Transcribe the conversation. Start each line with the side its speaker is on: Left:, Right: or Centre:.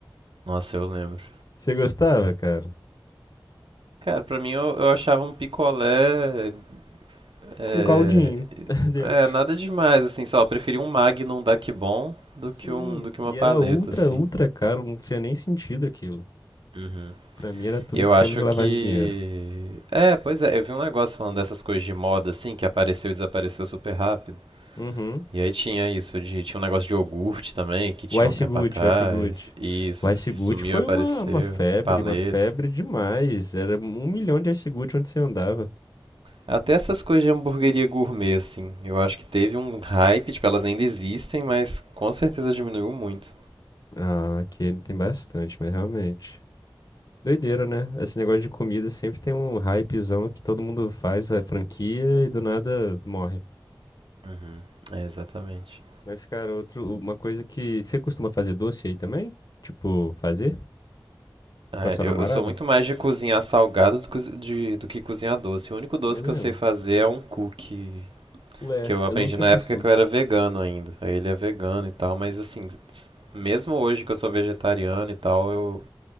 Right: Nossa, eu lembro.
Left: Você gostava, cara?
Right: Cara, pra mim eu, eu achava um picolé. É,
Left: Com caldinho <laughs> dentro.
Right: é, nada demais, assim, sei lá, eu preferi um Magnum da Kibon
Left: Sim,
Right: do que um, do que uma
Left: e
Right: paleta,
Left: era ultra,
Right: assim.
Left: ultra caro, não tinha nem sentido aquilo.
Right: Uhum.
Left: Pra mim era tudo
Right: E Eu
Left: esquema
Right: acho
Left: de lavagem
Right: que.
Left: de dinheiro.
Right: É, pois é, eu vi um negócio falando dessas coisas de moda, assim, que apareceu e desapareceu super rápido.
Left: Uhum.
Right: E aí tinha isso, de, tinha um negócio de iogurte também, que tinha
Left: O Ice
Right: um tempo
Left: Gucci,
Right: atrás.
Left: o Ice Gucci.
Right: Isso,
Left: O Ice
Right: que
Left: Gucci
Right: sumiu
Left: foi
Right: e apareceu.
Left: uma, uma febre,
Right: Paleta.
Left: uma febre demais. Era um milhão de Ice Gucci onde você andava.
Right: Até essas coisas de hamburgueria gourmet, assim, eu acho que teve um hype, tipo, elas ainda existem, mas com certeza diminuiu muito.
Left: Ah, aqui ele tem bastante, mas realmente. Doideira, né? Esse negócio de comida sempre tem um hypezão que todo mundo faz a franquia e do nada morre.
Right: Uhum, é, exatamente.
Left: Mas, cara, outro, uma coisa que você costuma fazer doce aí também? Tipo, fazer
Right: Ah,
Left: com a sua
Right: eu,
Left: namorada?
Right: eu sou muito mais de cozinhar salgado do, cozi- de- do que cozinhar doce. O único doce
Left: É mesmo?
Right: que eu sei fazer é um cookie,
Left: Ué,
Right: que eu aprendi
Left: eu nunca
Right: na
Left: fiz
Right: época
Left: cookie.
Right: que eu era vegano ainda. Aí ele é vegano e tal, mas assim, mesmo hoje que eu sou vegetariano e tal, eu,